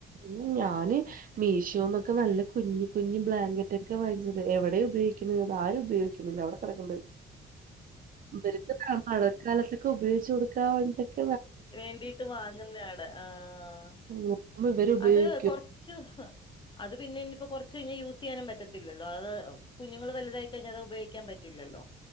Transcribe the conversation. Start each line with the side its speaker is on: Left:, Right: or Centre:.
Right: ഉം ഞാന് മീഷോന്നൊക്കെ നല്ല കുഞ് കുഞ്ഞ് ബ്ലാങ്കറ്റ് ഒക്കെ വാങ്ങിച്ചത് എവിടെയാണ് ഉപയോഗിക്കുന്നത്. അ ആരും ഉപയോഗിക്കില്ലില്ല അവിടെ കിടക്ണ്ട് ഇവര്ക്ക മഴക്കാലത്തൊക്കെ ഉപയോഗിച്ചു കൊടുക്കാ <unintelligible>
Left: വേണ്ടിട്ട് വാങ്ങുന്നതാണ് ആഹ
Right: നോക്കുമ്പോ ഇവര് ഉപയോഗിക്കും
Left: അത് കൊറച്ച് അത് പിന്നെ ഇനിയിപ്പോ കുറച്ച് കഴിഞ്ഞാ യൂസ് ചെയ്യാനും പറ്റത്തില്ലോ അത് കുഞ്ഞുങ്ങള് വലുതായി കഴിഞ്ഞാൽ അത് ഉപയോഗിക്കാൻ പ റ്റില്ലല്ലോ?